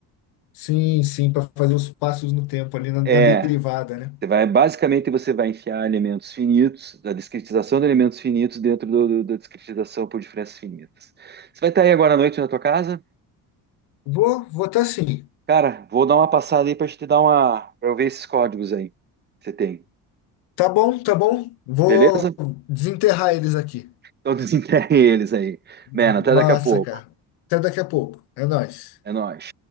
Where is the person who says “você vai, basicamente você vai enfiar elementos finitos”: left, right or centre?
Right